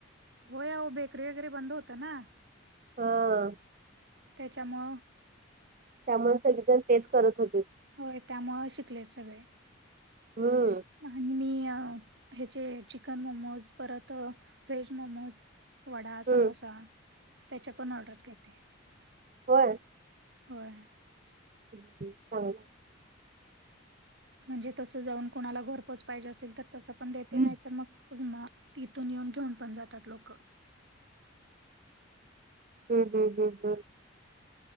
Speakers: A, on the right; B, on the right.
A: हो या हो बेकरी वगैरे बंद होत ना.
B: हो.
A: त्याच्यामुळं.
B: त्यामुळे सगळेजण तेच करत होते
A: होय त्यामुळं शिकलेत सगळे.
B: हम्म.
A: आणि मी ह्याचे चिकन मोमोज परत व्हेज मोमोज वडा
B: हम्म
A: समोसा त्याच्या पण ऑर्डर घेते.
B: व्हय.
A: होय.
B: हम्म हम्म होय.
A: म्हणजे तसं जाऊन कुणाला घर पोच पाहिजे असेल तर तसं पण देते
B: हम्म
A: नाही तर म इथून येऊन घेऊन पण जातात लोकं.
B: हम्म हम्म हम्म हम्म.